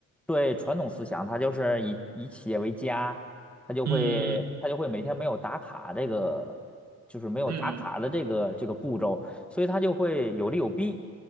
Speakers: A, in the centre; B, on the right.
A: 对传统思想，它就是以以企业为家，它就会它就会每天没有打卡这个，
B: 嗯
A: 就是没有打卡的这个这个步骤，
B: 嗯嗯
A: 所以它就会有利有弊，